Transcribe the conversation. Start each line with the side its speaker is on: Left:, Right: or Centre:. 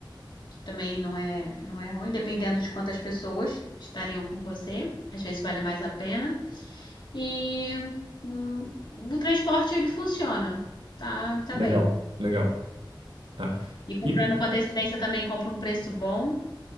Left: que também não é, não é ruim, dependendo de quantas pessoas estariam com você, às vezes vale mais a pena. E hum, o transporte ele funciona, tá, tá
Right: Legal,
Left: bem.
Right: legal, tá.
Left: E comprando
Right: E,
Left: com antecedência também compra um preço bom.